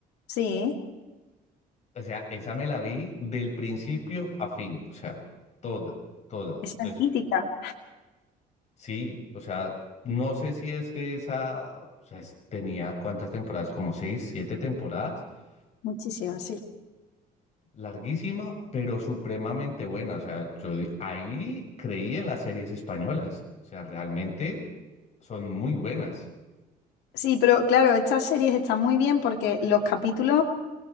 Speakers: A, on the left; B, on the left.
A: Sí,
B: O sea, esa me la vi del principio a fin, o sea, toda, toda.
A: esa
B: Es,
A: es mítica.
B: sí, o sea, no sé si es que esa, o sea, es- tenía cuántas temporadas, como seis, siete temporadas,
A: Muchísimas,
B: o sea,
A: sí.
B: larguísima, pero supremamente buena. O sea, yo di- ahí creí en las series españolas, o sea, realmente son muy buenas.
A: Sí, pero claro, estas series están muy bien porque los capítulos O